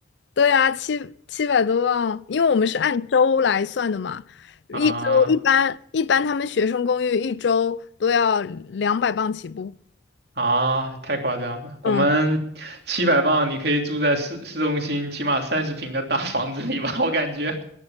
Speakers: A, on the left (about 65°); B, on the right (about 60°).
A: 对啊，七七百多万，因为我们是按周来算的嘛，一周一般一般他们学生公寓一周都要两百磅起步。
B: 啊啊！太夸张了，
A: 嗯，
B: 我们七百磅你可以住在市市中心起码三十平的大房子里吧？我感觉